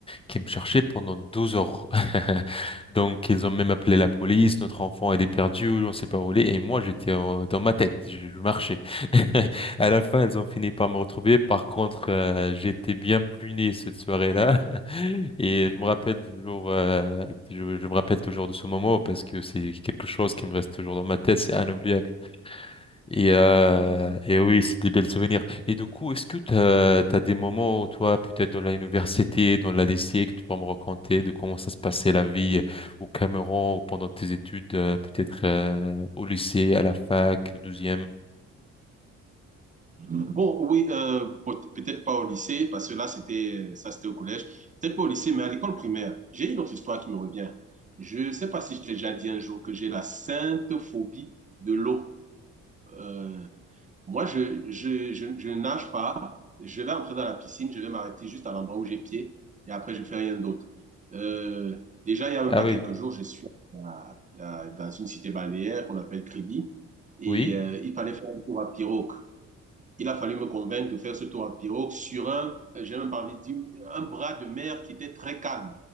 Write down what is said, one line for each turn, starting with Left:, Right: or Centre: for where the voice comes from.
Left: qui me cherchaient pendant 12 heures. <laughs> Donc, ils ont même appelé la police, notre enfant, il est perdu, on ne sait pas où il est. Et moi, j'étais en- dans ma tête, je, je marchais. <laughs> À la fin, ils ont fini par me retrouver. Par contre, euh, j'étais bien puni cette soirée-là. <laughs> Et je me rappelle toujours, euh, je, je me rappelle toujours de ce moment parce que c'est quelque chose qui me reste toujours dans ma tête, c'est inoubliable. Et, euh,
Right: Euh,
Left: et oui, c'est des belles souvenirs. Et du coup, est-ce que t'as as des moments, toi, peut-être dans l'université, dans la lycée, que tu peux me raconter de comment ça se passait la vie au Cameroun ou pendant tes études, euh, peut-être euh, au lycée, à la fac, au douzième?
Right: Bon, oui, euh, peut- peut-être pas au lycée, parce que là, c'était, ça, c'était au collège. Peut-être pas au lycée, mais à l'école primaire. J'ai une autre histoire qui me revient. Je sais pas si je t'ai déjà dit un jour que j'ai la sainte phobie de l'eau. Euh, moi, je, je, je, je nage pas. Je vais entrer dans la piscine, je vais m'arrêter juste à l'endroit où j'ai pied, et après, je fais rien d'autre. Euh, déjà, il y a même
Left: Ah
Right: pas
Left: oui,
Right: quelques jours, je suis à- à- dans une cité balnéaire qu'on appelle Kribi, et
Left: oui.
Right: euh, il fallait faire un tour à pirogue. Il a fallu me convaincre de faire ce tour en pirogue sur un, euh, j'ai même pas envie de dire, un bras de mer qui était très calme.